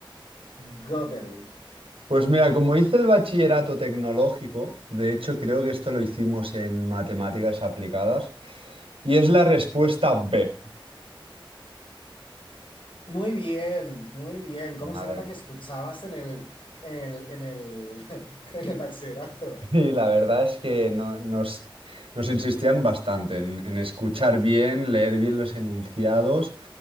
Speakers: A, on the left; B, on the right.
A: Gödel.
B: Pues mira, como hice el bachillerato tecnológico, de hecho creo que esto lo hicimos en matemáticas aplicadas, y es la respuesta B.
A: Muy bien, muy bien. ¿Cómo
B: Madre.
A: se nota que escuchabas en el, en el, en el, <laughs> en el bachillerato?
B: Y la verdad es que no- nos, nos insistían bastante en, en escuchar bien, leer bien los enunciados